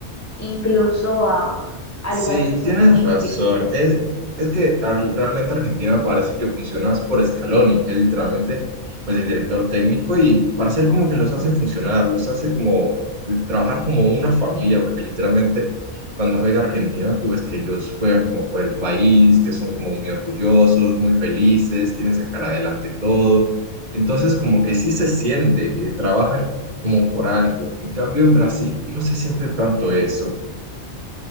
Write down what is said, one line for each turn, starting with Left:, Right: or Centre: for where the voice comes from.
Left: incluso a, a
Right: Sí,
Left: lugares que
Right: tienes
Left: son muy, muy
Right: razón.
Left: difíciles.
Right: Es, es que al- realmente Argentina parece que funciona es por Scaloni, que es literalmente pues, el director técnico y parece como que los
Left: Sí,
Right: hace
Left: mm,
Right: funcionar, los hace como eh, trabajar como una familia, porque literalmente cuando juega Argentina tú ves que ellos juegan como por el país, que son como muy orgullosos, muy felices, quieren sacar adelante todo. Entonces como que sí se siente que trabajan como por algo. En cambio en Brasil no se siente tanto eso.